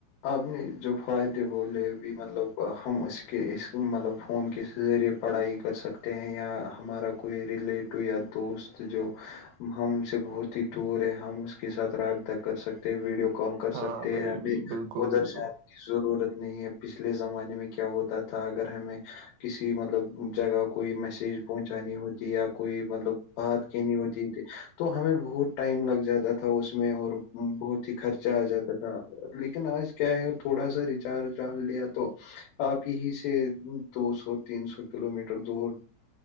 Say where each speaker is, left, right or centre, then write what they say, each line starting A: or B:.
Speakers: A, on the left; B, on the right.
A: آپ نے جو فائدے وہ لے بھی مطلب ہم اس کے اس مطلب فون کے ذریعے- پڑھائی کر سکتے ہیں یا ہمارا کوئی ریلیٹو یا دوست جو- ہم سے بہت ہی دور ہے ہم اس کے ساتھ رائےدہ کر سکتے ہیں ویڈیو- کال کر
B: ہاں
A: سکتے
B: بھائی
A: ہیں ابھی
B: بالکل
A: ادھر
B: بالکل
A: سے- ضرورت نہیں ہے، پچھلے زمانے میں کیا ہوتا تھا اگر ہمیں کسی مطلب جگہ کوئی میسج پہنچانی ہوتی یا کوئی مطلب- بات کہنی ہوتی تھی تو ہمیں بہت ٹائم لگ جاتا تھا اس میں اور بہت ہی- خرچہ آ جاتا تھا لیکن آج کیا ہے تھوڑا سا ریچارج ڈال لیا تو- آپ ہی سے دو سو تین سو کلو میٹر دور-